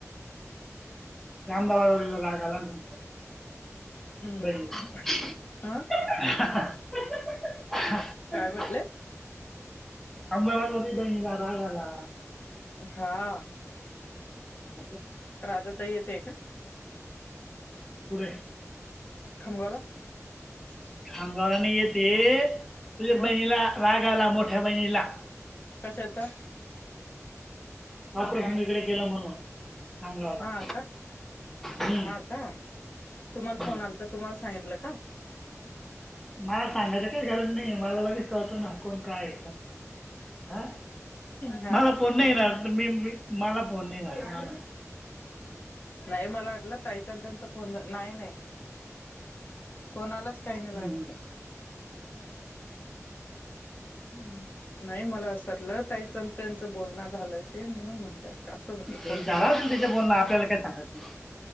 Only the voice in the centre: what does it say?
रामदाबाद राग तुम
<unintelligible> बाई
<unintelligible> अच्छा <unintelligible>
अबार <unintelligible> राग आला
असं.
पुरे..
खांब गावला नाही येते, तुझ्या
बहिणीला राग आला. मोठ्या बहिणीला
ऑपरेशन हीकडे केलं म्हणून. खामगावला
हम्म
हम्म
मला सांगायच काही गरज नाही. मला लगेच कळत, ना कोण काय. हा
मला कोण
नाही
राहात,
मी मी मला फोन नाही आला.
हम्म.
ते
झालं
तिचं बोलण, आपल्याला काय सांगत नाही.